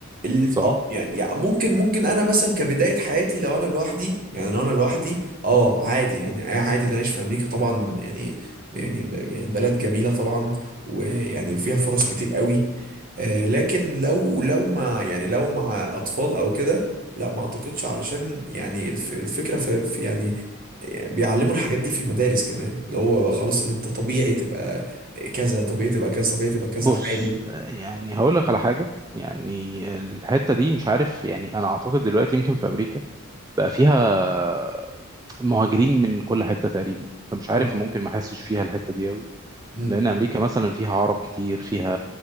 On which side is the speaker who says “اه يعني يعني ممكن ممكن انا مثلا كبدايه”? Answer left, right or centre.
Right